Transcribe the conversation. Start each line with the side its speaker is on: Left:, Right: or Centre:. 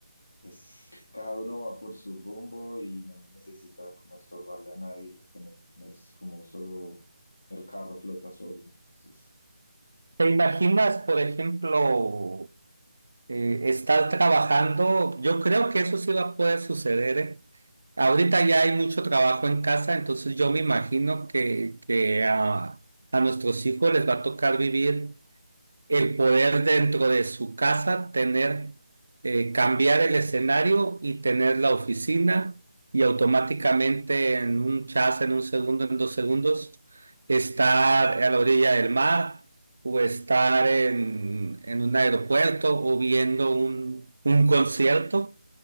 Left: es, cada uno va por su rumbo y no necesita como estorbarle a nadie porque no, no es como solo el carro flota solo. Entonces.
Right: ¿Te imaginas, por ejemplo, eh, estar trabajando? Yo creo que eso sí va a poder suceder, ¿eh? Ahorita ya hay mucho trabajo en casa, entonces yo me imagino que, que a, a nuestros hijos les va a tocar vivir el poder dentro de su casa, tener, eh, cambiar el escenario y tener la oficina y automáticamente en un chas, en un segundo, en dos segundos, estar a la orilla del mar o estar en, en un aeropuerto o viendo un, un concierto